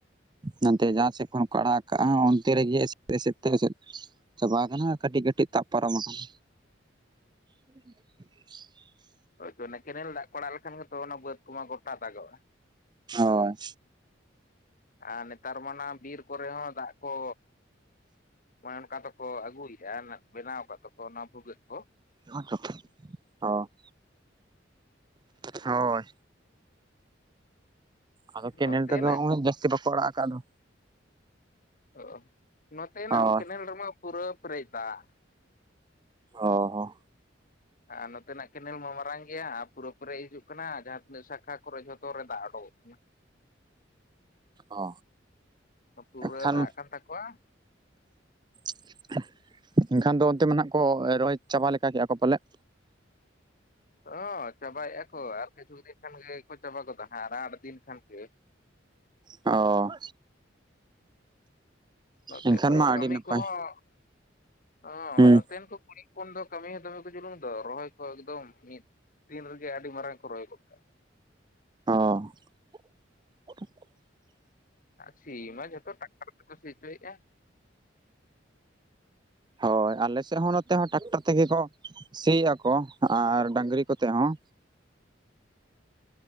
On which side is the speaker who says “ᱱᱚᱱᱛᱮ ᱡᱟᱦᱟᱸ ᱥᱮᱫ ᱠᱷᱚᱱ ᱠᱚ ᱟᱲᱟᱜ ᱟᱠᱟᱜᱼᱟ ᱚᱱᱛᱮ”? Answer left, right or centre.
Right